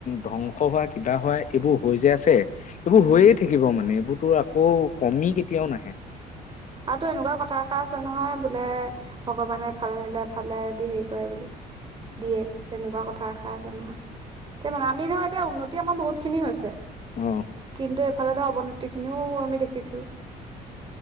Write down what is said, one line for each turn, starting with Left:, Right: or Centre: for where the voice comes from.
Left: ধ্বংস হোৱা কিবা হয়, এইবোৰ হৈ যে আছে, এইবোৰ
Right: উম
Left: হৈয়ে থাকিব মানে এইবোৰ টো আকৌ কমি কেতিয়াও নাহে।
Right: আৰুতো এনেকুৱা কথা এষাৰ আছে নহয়, বোলে ভগৱানে এফালে নিদিলে এফালে দি হেৰি কৰে বুলি। দিয়ে। তেনেকুৱা কথা এসাৰ আছে নহয়, তে মানে আমি ধৰ এতিয়া উন্নতি আমাৰ বহুত খিনি হৈছে।
Left: অ
Right: কিন্তু এইফালে ধৰ অৱনতি খিনিও আমি দেখিছো।